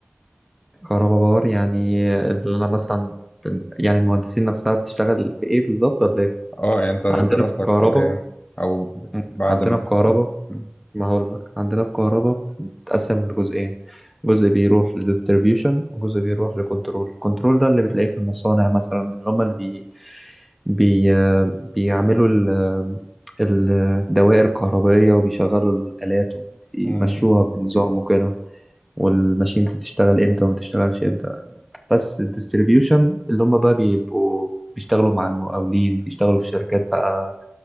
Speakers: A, in the centre; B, on the left.
A: كهربا باور يعني اللي انا مثلا يعني المهندسين نفسها بتشتغل في ايه بالظبط ولا ايه
B: اه يعني انت دراستك
A: عندنا في الكهرباء
B: على ايه او
A: مم.
B: بعد
A: عندنا
B: ما تخلص
A: في كهرباء
B: مم.
A: ما هقول لك عندنا في كهرباء بتتقسم لجزئين جزء بيروح لديستريبيوشن وجزء بيروح لكنترول الكنترول ده اللي بتلاقيه في المصانع مثلا اللي هم اللي بي... بي... آه، بيعملوا ال... آه، الدوائر الكهربائية وبيشغلوا الآلات وبيمشوها
B: مم.
A: بنظام وكده والماشين دي بتشتغل امتى وما بتشتغلش امتى بس الديستريبيوشن اللي هم بقى بيبقوا بيشتغلوا مع المقاولين بيشتغلوا في شركات بقى